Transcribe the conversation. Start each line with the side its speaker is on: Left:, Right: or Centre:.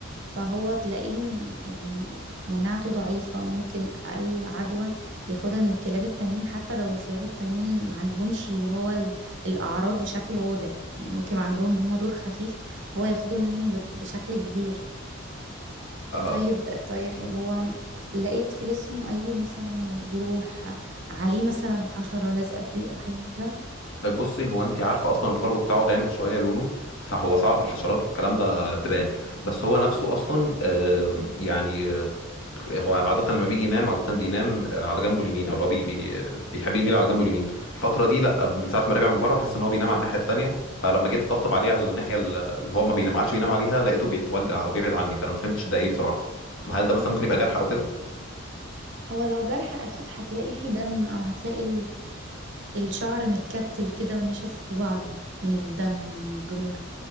Right: فهو تلاقيه م- يعني مناعته ضعيفة ممكن أقل عدوى ياخدها من الكلاب التانيين حتى لو الكلاب التانيين ما عندهمش اللي هو ال- الأعراض بشكل واضح يعني ممكن يبقى عندهم هما دور خفيف هو ياخده منهم بت- بشكل كبير
Left: آه،
Right: طيب طيب
Left: اوكي
Right: هو لقيت في جسمه أي مثلا جروح عليه مثلا حشرة لازقة فيه أو حاجة كده
Left: بصي هو انت عارفه اصلا الفرو بتاعه غامق شويه لونه فهو صعب الحشرات والكلام ده تبان بس هو نفسه اصلا آه، يعني هو عادة لما بيجي ينام عادة بينام آه، على جنبه اليمين او هو بي بي بيحب يميل على جنبه اليمين الفترة دي لا من ساعة ما رجع من بره بحس ان هو بينام على الناحية التانية فلما جيت اطبطب عليه على الناحية ال- اللي هو ما بينام عادش بينام عليها لقيته بيتوجع او بيبعد عني فانا ما فهمتش ده ايه بصراحة ما هل ده مثلا
Right: مم.
Left: ممكن يبقى جرح او كده
Right: هو لو جرح أكيد هتلاقي فيه دم أو هتلاقي الشعر متكتل كده ونشف في بعضه من الدم ومن الجروح